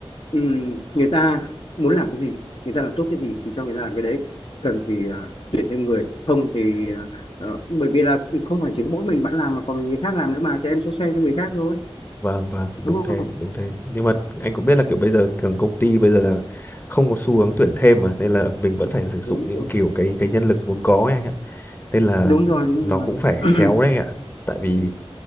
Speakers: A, on the left; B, on the left.
A: ừm, người ta muốn làm cái gì người ta làm tốt cái gì thì cho người ta làm cái đấy cần thì à, tuyển thêm người không thì à, bởi vì là không phải chỉ có mỗi mình bạn làm mà còn người khác làm nữa mà thì em sẽ say cho người khác thôi
B: vâng vâng đúng
A: đúng
B: thế
A: không
B: đúng thế nhưng mà anh cũng biết là kiểu bây giờ thường công ty bây giờ là không có xu hướng tuyển thêm mà nên là mình vẫn phải sử dụng
A: đúng
B: những
A: đúng,
B: kiểu cái cái nhân lực vốn có ấy anh ạ nên là
A: đúng rồi đúng
B: nó
A: rồi
B: cũng phải
A: <clears throat>
B: khéo đấy anh ạ tại vì